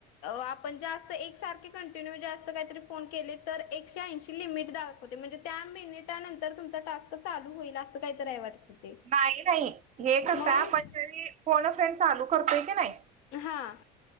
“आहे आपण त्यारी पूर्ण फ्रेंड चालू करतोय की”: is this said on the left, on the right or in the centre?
Right